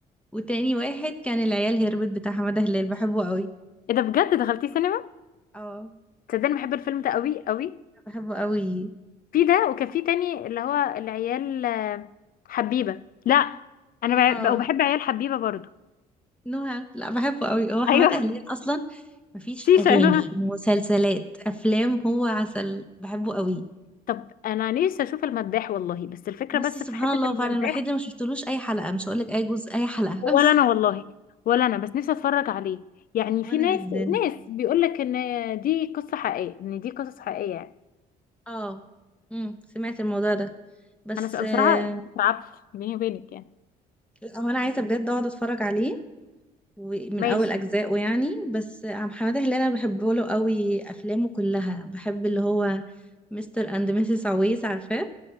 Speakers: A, in the centre; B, on the left.
A: وتاني واحد كان العيال هربت بتاع حمادة هلال بحبه قوي
B: ايه ده بجد دخلتيه سينما
A: اه
B: تصدقني بحب الفيلم ده قوي قوي
A: بحبه قوي
B: في ده وكان في تاني اللي هو العيال آه، حبيبه لا انا
A: اه
B: بع- وبحب عيال حبيبه برضو
A: نهى لا بحبه قوي هو حمادة
B: <laughs> ايوه
A: هلال اصلا مفيش
B: شيشه
A: اغاني
B: يا نهى
A: مسلسلات افلام هو عسل بحبه قوي
B: طب انا نفسي اشوف المداح والله بس الفكره
A: بصي
B: بس
A: سبحان
B: في حته
A: الله
B: المداح
A: فعلا الوحيد اللي ما شفتلوش اي حلقة مش هقولك اي جزء اي حلقة
B: ولا
A: <laughs>
B: انا والله ولا انا بس نفسي اتفرج عليه يعني
A: وانا
B: في ناس
A: جدا
B: ناس بيقول لك ان دي قصه حقيقيه ان دي قصص حقيقيه يعني
A: اه امم سمعت الموضوع ده بس
B: انا س- بصراحه
A: آه،
B: اترعبت بيني وبينك يعني
A: لا، هو انا عايزه بجد اقعد اتفرج عليه ومن
B: ماشي
A: اول اجزائه يعني بس عم حماده هلال انا بحبه له قوي افلامه كلها بحب اللي هو مستر اند ميسيس عويس عارفاه